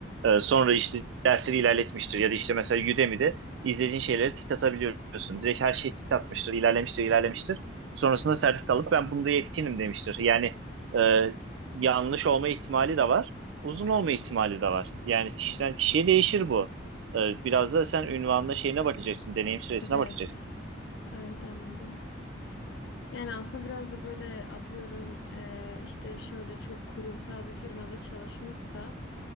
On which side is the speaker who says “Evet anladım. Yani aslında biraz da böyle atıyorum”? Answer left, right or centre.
Left